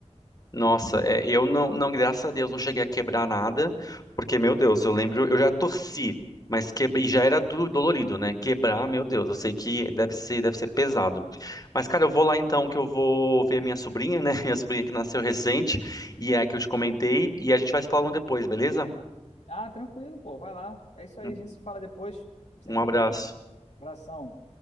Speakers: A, on the left; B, on the left.
A: Nossa, é, eu não, não, graças a Deus, não cheguei a quebrar nada, porque, meu Deus, eu lembro, eu já torci, mas que, e já era do- dolorido, né? Quebrar, meu Deus, eu sei que deve ser, deve ser pesado. Mas, cara, eu vou lá então, que eu vou ver minha sobrinha, né? <laughs> Minha sobrinha que nasceu recente, e é a que eu te comentei, e a gente vai se falando depois, beleza?
B: Ah, tranquilo, pô, vai lá. É isso aí,
A: Um,
B: a gente se fala depois, sem
A: um
B: problemas.
A: abraço.
B: Abração.